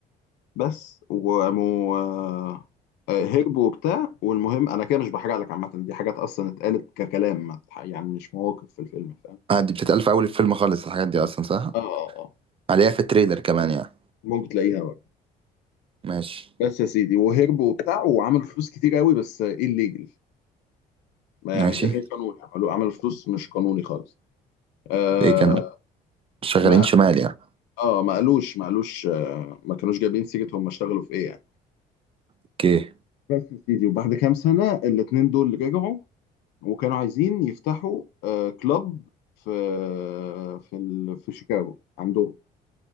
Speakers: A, on the left; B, on the right.
A: بس وقاموا آه آه، هربوا وبتاع والمهم انا كده مش بحرق لك عامة دي حاجات اصلا اتقالت ككلام ما- يعني مش مواقف في الفيلم
B: آه دي بتتقال في أول الفيلم خالص الحاجات دي أصلا صح
A: اه اه اه
B: عليها في التريلر كمان يعني
A: ممكن تلاقيها بقى
B: ماشي
A: بس يا سيدي وهرب وبتاع وعمل فلوس كتير قوي بس ايه الليجل ما يعني
B: ماشي
A: غير قانوني عملوا عمل فلوس مش قانوني خالص آه
B: ليه كانوا شغالين
A: ما
B: شمال يعني
A: اه ما قالوش ما قالوش آه ما كانوش جايبين سيرة هم اشتغلوا في ايه يعني
B: اوكي
A: بس يا سيدي وبعد كام سنة الاتنين دول رجعوا وكانوا عايزين يفتحوا آه كلاب في في ال... في شيكاغو عندهم